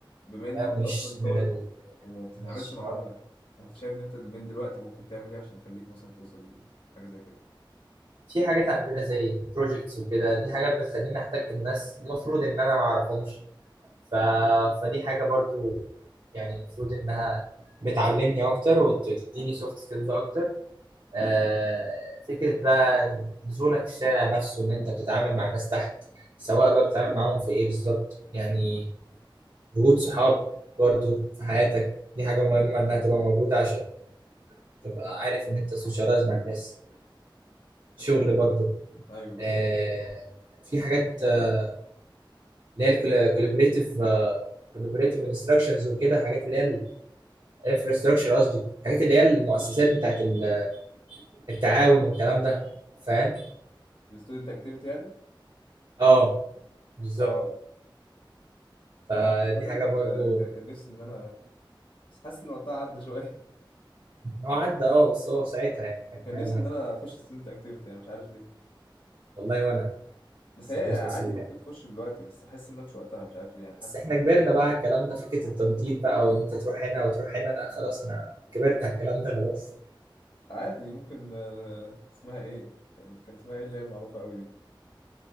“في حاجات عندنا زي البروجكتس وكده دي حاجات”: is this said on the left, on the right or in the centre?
Right